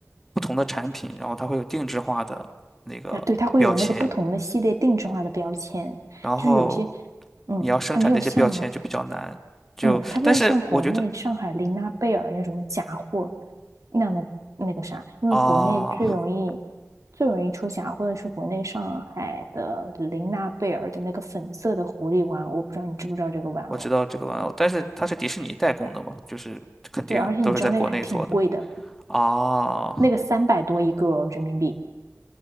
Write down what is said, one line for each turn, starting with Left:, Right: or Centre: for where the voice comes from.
Centre: 不同的产品，然后它会有定制化的那个标签，
Right: 啊，对，他会有那个不同的系列定制化的标签，
Centre: 然后
Right: 就是有些，嗯，
Centre: 你要生产这些标签就比较难。
Right: 他没有像，
Centre: 就但是我觉得
Right: 嗯，他没有像国内上海琳娜贝尔那种假货那样的那个啥，因为国内最容易
Centre: 啊。哦
Right: 最容易出假货的是国内上海的琳娜贝尔的那个粉色的狐狸玩偶，我不知道你知不知道这个玩偶？
Centre: 我知道这个玩偶，但是它是迪士尼代工的嘛，就是肯定都是在国内做的。
Right: 对，而且你知道那个还挺贵的，
Centre: 啊，
Right: 那个三百多一个人民币，